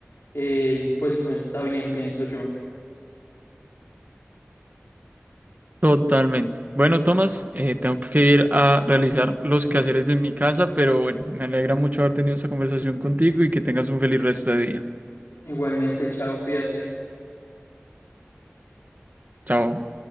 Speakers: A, on the left (about 75°); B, on the right (about 40°).
A: eh, pues no está bien, pienso yo.
B: totalmente. Bueno, Tomás, eh, tengo que ir a realizar los quehaceres de mi casa, pero bueno, me alegra mucho haber tenido esta conversación contigo y que tengas un feliz resto de día.
A: Igualmente, chao, cuídate.
B: Chao.